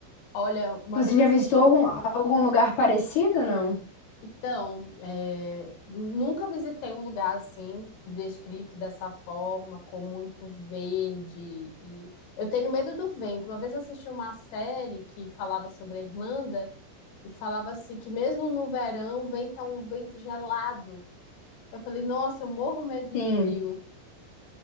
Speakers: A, on the left (about 80°); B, on the left (about 45°).
A: Olha, uma
B: Você
A: vez eu
B: já
A: assisti.
B: visitou algum, algum lugar parecido, não?
A: Então, é, nunca visitei um lugar assim, descrito dessa forma, com muito verde. E eu tenho medo do vento. Uma vez eu assisti uma série que falava sobre a Irlanda e falava assim que mesmo no verão venta um vento gelado. Eu falei, nossa, eu morro medo
B: Sim.
A: de frio.